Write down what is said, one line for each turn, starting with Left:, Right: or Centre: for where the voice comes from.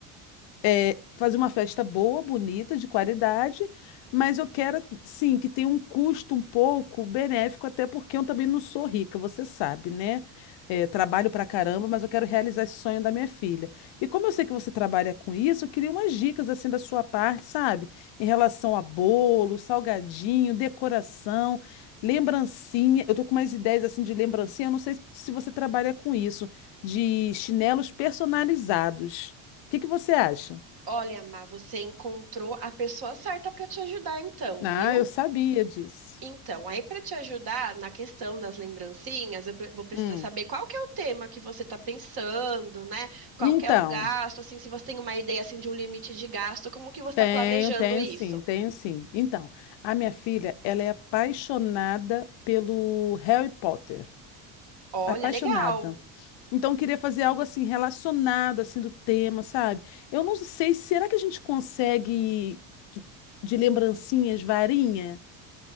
Left: é, fazer uma festa boa, bonita, de qualidade, mas eu quero, sim, que tenha um custo um pouco benéfico, até porque eu também não sou rica, você sabe, né? É, trabalho pra caramba, mas eu quero realizar esse sonho da minha filha. E como eu sei que você trabalha com isso, eu queria umas dicas assim da sua parte, sabe? Em relação a bolo, salgadinho, decoração, lembrancinha. Eu tô com umas ideias assim de lembrancinha, eu não sei se você trabalha com isso, de chinelos personalizados. O que que você acha?
Right: Olha, Má, você encontrou a pessoa certa para te ajudar, então,
Left: Ah,
Right: viu?
Left: eu sabia disso.
Right: Então, aí para te ajudar na questão das lembrancinhas, eu pre- vou precisar
Left: Hum.
Right: saber qual que é o tema que você está pensando, né? Qual
Left: Então,
Right: que é o gasto, assim, se você tem uma ideia assim de um limite de gasto, como que você está
Left: tenho,
Right: planejando
Left: tenho
Right: isso?
Left: sim, tenho sim. Então, a minha filha, ela é apaixonada pelo Harry Potter.
Right: Olha,
Left: Apaixonada.
Right: legal.
Left: Então, eu queria fazer algo assim relacionado assim do tema, sabe? Eu não sei, será que a gente consegue de lembrancinhas, varinha?